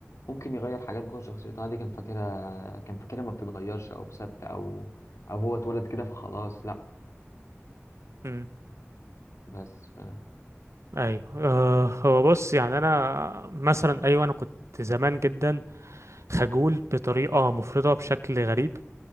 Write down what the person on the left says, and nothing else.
ممكن يغير حاجات جوه شخصيته عادي كان فاكرها كان فاكرها ما بتتغيرش أو ثابتة أو أو هو اتولد كده فخلاص لأ
بس ف...